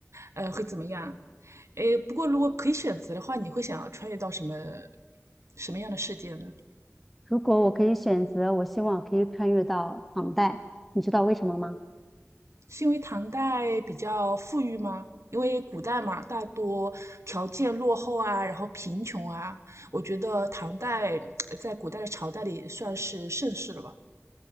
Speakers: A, on the right (about 75°); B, in the centre.
A: 呃，会怎么样？哎，不过如果可以选择的话，你会想要穿越到什么什么样的世界呢？
B: 如果我可以选择，我希望可以穿越到唐代，你知道为什么吗？
A: 是因为唐代比较富裕吗？因为古代嘛，大多条件落后啊，然后贫穷啊，我觉得唐代呃在古代的朝代里算是盛世了吧。